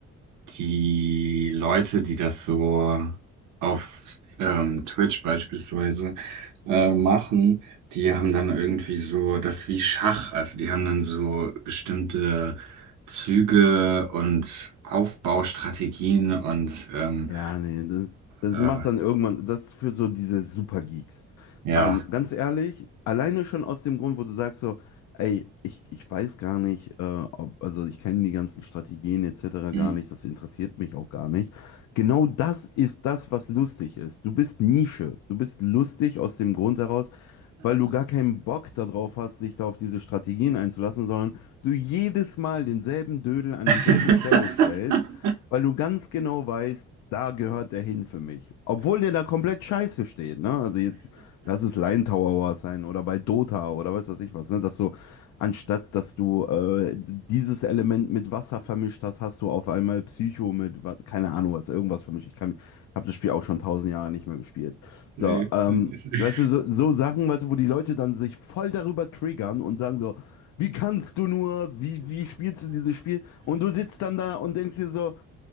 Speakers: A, on the right; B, on the left.
A: die Leute, die das so auf ähm, Twitch beispielsweise äh, machen, die haben dann irgendwie so, das ist wie Schach, also die haben dann so bestimmte Züge und Aufbaustrategien und ähm,
B: Ja, nee, das, das
A: äh,
B: macht dann irgendwann, das ist für so diese Supergeeks.
A: ja.
B: Ähm, ganz ehrlich, alleine schon aus dem Grund, wo du sagst so, ey, ich, ich weiß gar nicht, äh, ob, also ich kenne die ganzen Strategien etc.
A: Hm.
B: gar nicht, das interessiert mich auch gar nicht. Genau das ist das, was lustig ist. Du bist Nische, du bist lustig aus dem Grund heraus, weil du gar keinen Bock darauf hast, dich da auf diese Strategien einzulassen, sondern du jedes Mal denselben Dödel an
A: <laughs>
B: dieselbe Stelle stellst weil du ganz genau weißt, da gehört der hin für mich. Obwohl der da komplett scheiße steht, ne? Also jetzt, lass es Line Tower sein oder bei Dota oder weiß was ich was, ne? Dass du, anstatt dass du äh, dieses Element mit Wasser vermischt hast, hast du auf einmal Psycho mit, wa- keine Ahnung, was, irgendwas vermischt. Ich kann, habe das Spiel auch schon tausend Jahre nicht mehr gespielt.
A: Nee.
B: So, ähm,
A: <laughs>
B: weißt du, so, so Sachen, weißt du, wo die Leute dann sich voll darüber triggern und sagen so, wie kannst du nur, wie, wie spielst du dieses Spiel? Und du sitzt dann da und denkst dir so,